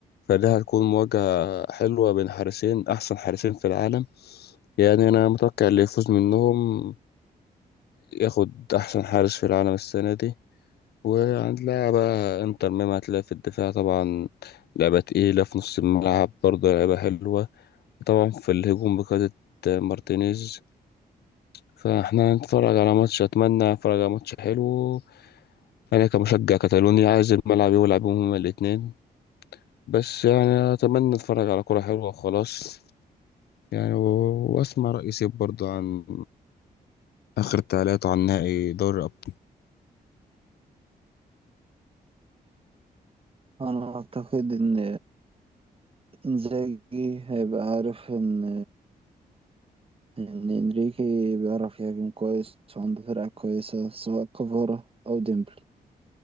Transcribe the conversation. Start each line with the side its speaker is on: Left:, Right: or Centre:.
Left: فده هتكون مواجهة حلوة بين حارسين أحسن حارسين في العالم يعني أنا متوقع اللي يفوز منهم ياخد أحسن حارس في العالم السنة دي وهنلاعب بقى إنتر ميامي هتلاقي في الدفاع طبعا لعبة تقيلة في نص الملعب برضه لعبة حلوة طبعا في الهجوم بقيادة مارتينيز فاحنا هنتفرج على ماتش أتمنى أتفرج على ماتش حلو أنا كمشجع كتالوني عايز الملعب يلعب بيهم هما الاتنين بس يعني أتمنى أتفرج على كرة حلوة وخلاص يعني و- وأسمع رأي سيب برضه عن آخر تعليقاته عن نهائي دوري الأبطال
Right: انا اعتقد ان انزاجي هيبقى عارف ان ان انريكي بيعرف يهاجم كويس وعنده فرقة كويسة سواء كفارة او ديمبلي